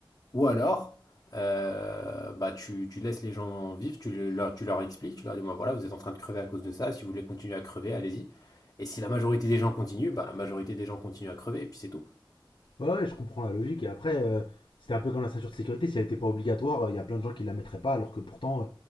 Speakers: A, on the left; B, on the left.
A: ou alors, euh, bah, tu, tu laisses les gens vivre, tu le- leur, tu leur expliques, tu leur dis, bon, Bah, voilà, vous êtes en train de crever à cause de ça, si vous voulez continuer à crever, allez-y. Et si la majorité des gens continuent, bah, la majorité des gens continuent à crever, et puis c'est tout.
B: Ouais, ouais, je comprends la logique. Et après, euh, c'était un peu comme la ceinture de sécurité, si elle n'était pas obligatoire, il y a plein de gens qui la mettraient pas, alors que pourtant, euh,